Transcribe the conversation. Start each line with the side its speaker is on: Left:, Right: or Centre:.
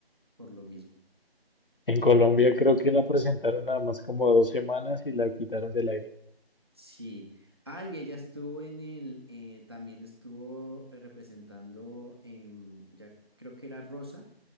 Right: por lo mismo.
Left: En Colombia creo que la presentaron nada más como dos semanas y la quitaron del aire.
Right: Sí. Ah, y ella estuvo en el, eh, también estuvo representando, em, ya creo que era Rosa,